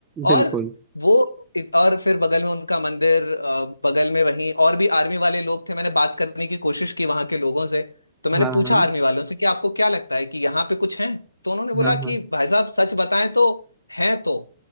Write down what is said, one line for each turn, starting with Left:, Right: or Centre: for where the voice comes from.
Left: और
Right: बिल्कुल
Left: वो और फिर बगल में उनका मंदिर अ, बगल में वहीं और भी आर्मी वाले लोग थे मैंने बात करने की कोशिश की वहां के लोगों से तो मैंने
Right: हाँ
Left: पूछा
Right: हाँ
Left: आर्मी वालों से कि आपको क्या लगता है कि यहाँ पे कुछ है तो उन्होंने बोला
Right: हाँ हाँ
Left: कि भाई साहब सच बताएं तो हैं तो